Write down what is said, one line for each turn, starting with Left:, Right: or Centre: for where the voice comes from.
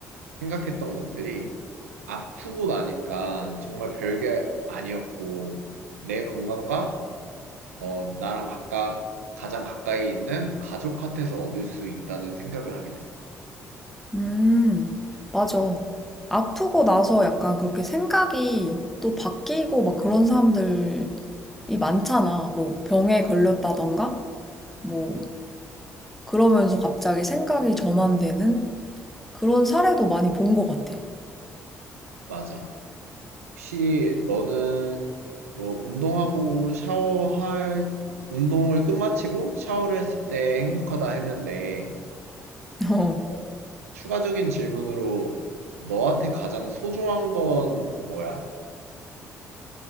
Right: 생각했던 것들이 아프고 나니까 정말 별게 아니었고, 내 건강과 어, 나랑 가까, 가장 가까이 있는 가족한테서 얻을 수 있다는 생각을 하게 됐어.
Centre: 음, 맞아. 아프고 나서 약간 그렇게 생각이 또 바뀌고 막 그런 사람들이 많잖아. 뭐 병에 걸렸다던가? 뭐, 그러면서 갑자기 생각이 전환되는? 그런 사례도 많이 본 것 같아.
Right: 맞아. 혹시 너는 뭐 운동하고 샤워할, 운동을 끝마치고 샤워를 했을 때 행복하다 했는데,
Centre: <laughs> 어,
Right: 어, 뭐 추가적인 질문으로 너한테 가장 소중한 건 뭐야?